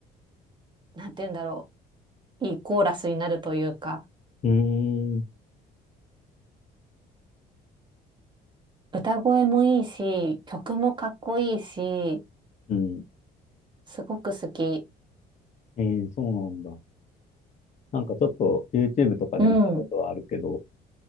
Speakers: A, on the right (about 25°); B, on the left (about 45°).
A: なんて言うんだろう、いいコーラスになるというか、
B: うーん、
A: 歌声もいいし、曲もかっこいいし、
B: うん。
A: すごく好き。
B: えー、そうなんだ。なんかちょっと YouTube とかで見たことはあるけど、
A: うん、